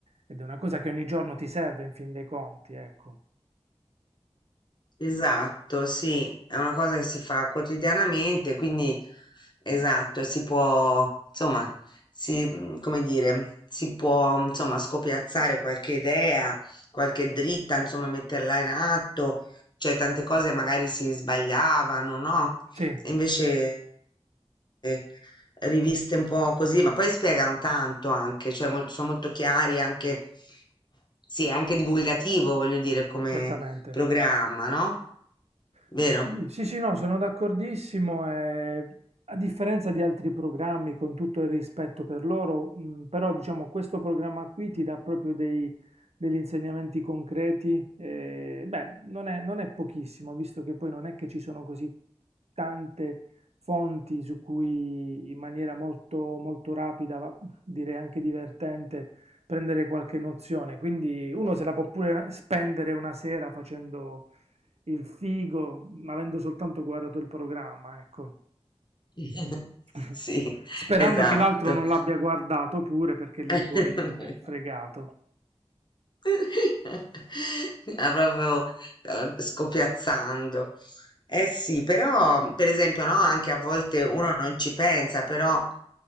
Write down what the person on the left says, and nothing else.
Esatto, sì, è una cosa che si fa quotidianamente, quindi esatto, si può, insomma, si, mm, come dire, si può, insomma, scopiazzare qualche idea, qualche dritta, insomma, metterla in atto, cioè tante cose magari si sbagliavano, no?
E invece eh, riviste un po' così, ma poi spiegano tanto anche, cioè mol- sono molto chiari anche, sì, è anche divulgativo, voglio dire, come,
Programma, no? Vero?
<laughs>
Sì,
esatto.
<laughs>
<laughs> Ah, proprio, uhm, scopiazzando. Eh sì, però per esempio, no, anche a volte uno non ci pensa, però